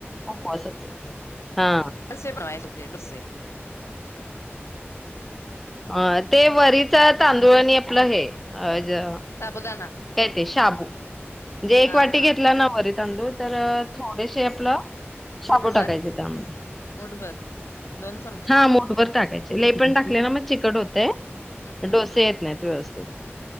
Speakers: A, in the centre; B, on the left.
A: उपवासाचे. हा
B: डोसे बनायेसो, हते डोसे.
A: अ ते वरीच तांदूळ आणि आपलं हे अ ज
B: साबुदाणा
A: काय ते शाबू. जे
B: हा
A: एक वाटी
B: हा
A: घेतलं ना वरी तांदूळ तर थोडेसे ते आपलं शाबू
B: मूठभर
A: टाकायचे त्यामध्ये.
B: मूठभर दोन चमचे
A: हां मुठभर टाकायचे, लय
B: हम्म
A: पण टाकले ना मग चिकट होतंय.
B: हम्म हम्म
A: डोसे येत नाहीत व्यवस्थित.